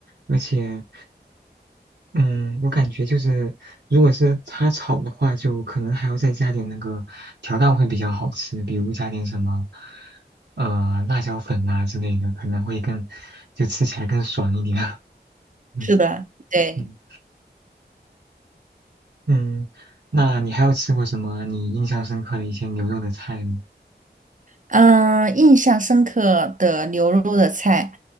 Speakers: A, on the right; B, on the right.
A: 而且。嗯，我感觉就是，如果是它炒的话，就可能还要再加点那个调料会比较好吃，比如加点什么，呃，辣椒粉啊之类的，可能会更，就吃起来更爽一点。<laughs> 嗯
B: 是的，对。
A: 嗯嗯，那你还有吃过什么你印象深刻的一些牛肉的菜吗？
B: 嗯，印象深刻的牛肉的菜，